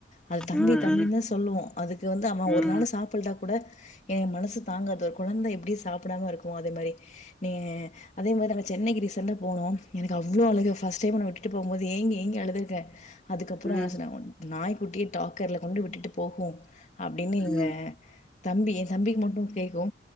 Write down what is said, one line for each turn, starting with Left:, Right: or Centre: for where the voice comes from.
Left: அது தம்பி
Centre: ம், ம்,
Left: தம்பி தா சொல்லுவோ அதுக்கு வந்து அவன்
Centre: ம்,
Left: ஒரு நாள் சாப்புடுல கூட எங்க மனசு தாங்காது ஒரு குழந்த எப்டி சாப்பிடாம இருக்குமோ அதே மாரி நீ அதே மாரி நாங்க சென்னைக்கு ரீசன்டா போனோ எனக்கு அவ்ளோ அழுக ஃவர்ஸ்ட் டைம் இவன விட்டுட்டு போம்போது ஏங்கி ஏங்கி அழுது இருக்க அதுக்கப்புறோ
Centre: ம், ம்,
Left: என்ன சொன்னாங்க நாய் கூட்டிய டாக்கர்ல கொண்டு விட்டுட்டு போகு அப்படின்னு
Centre: ம்,
Left: இங்க தம்பி என் தம்பிக்கு மட்டு கேட்கு